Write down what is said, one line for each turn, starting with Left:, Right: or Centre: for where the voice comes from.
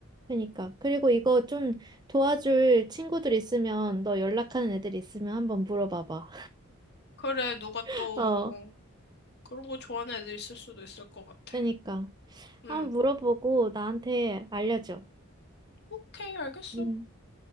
Right: 그니까. 그리고 이거 좀 도와줄 친구들 있으면, 너 연락하는 애들 있으면 한번 물어봐봐.
Left: 그래, 누가
Right: <laughs>
Left: 또
Right: 어,
Left: 그런 거 좋아하는 애들 있을 수도 있을 것 같아.
Right: 그니까.
Left: 음,
Right: 한번 물어보고 나한테 알려줘.
Left: 오케이, 알겠어.
Right: 응.